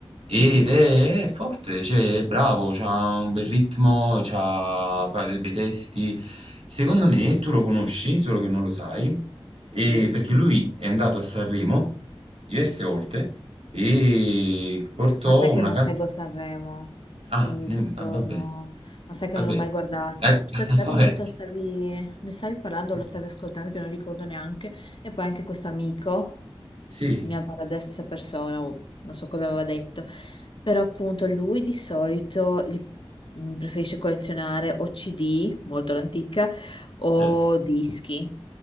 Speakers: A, on the right; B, on the left.
A: ed
B: Mhm.
A: è forte, cioè è bravo, ha un bel ritmo, c'ha- fa dei bei testi. Secondo me tu lo conosci, solo che non lo sai, e-
B: Dici?
A: perché lui è andato a Sanremo diverse volte e portò
B: Ma sai che
A: una
B: io non
A: canzone.
B: seguo Sanremo,
A: Ah,
B: quindi
A: nem
B: proprio
A: ah, vabbè,
B: no. Ma sai che
A: vabbè.
B: non l'ho mai guardato.
A: Eh,
B: So
A: <laughs>
B: che l'altra
A: vabbè,
B: volta stavi, ne stavi parlando,
A: sì,
B: lo stavi ascoltando, che non ricordo neanche. E poi anche questo amico,
A: sì,
B: mia paradessa persona, o non so cosa aveva detto. Però appunto lui di solito li- mh, preferisce collezionare o CD, molto l'antica, o
A: certo.
B: dischi.